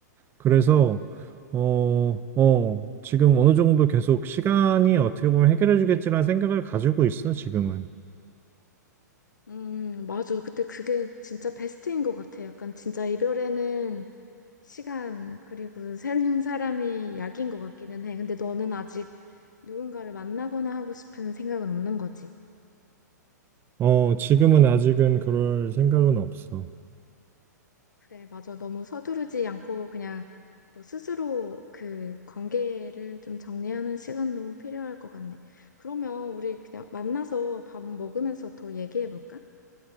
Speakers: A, on the right (about 20°); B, on the left (about 80°).
A: 그래서, 어, 어, 지금 어느 정도 계속 시간이 어떻게 보면 해결해 주겠지라는 생각을 가지고 있어, 지금은.
B: 음, 맞아. 근데 그게 진짜 베스트인 것 같아. 약간 진짜 이별에는 시간, 그리고 새로운 사람이 약인 것 같기는 해. 근데 너는 아직 누군가를 만나거나 하고 싶은 생각은 없는 거지.
A: 어, 지금은 아직은 그럴 생각은 없어.
B: 그래, 맞아. 너무 서두르지 않고 그냥 너 스스로 그 관계를 좀 정리하는 시간도 필요할 것 같네. 그러면 우리 그냥 만나서 밥 먹으면서 더 얘기해 볼까?